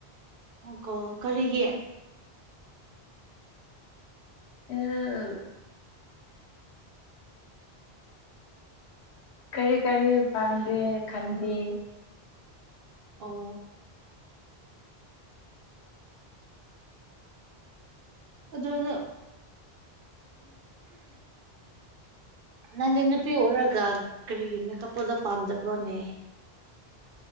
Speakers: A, on the right; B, on the left.
A: ꯑꯣꯀꯣ ꯀꯔꯤꯒꯤ
B: ꯑ ꯀꯔꯤ ꯀꯔꯤ ꯄꯥꯝꯗꯦ ꯈꯟꯗꯦ
A: ꯑꯣ ꯑꯗꯨ ꯅꯪ ꯅꯪꯗꯤ ꯅꯨꯄꯤ ꯑꯣꯏꯔꯒ ꯀꯔꯤꯒꯤ ꯃꯦꯀꯞ ꯄꯣꯗꯛ ꯄꯥꯝꯗꯕ꯭ꯔꯣꯅꯦ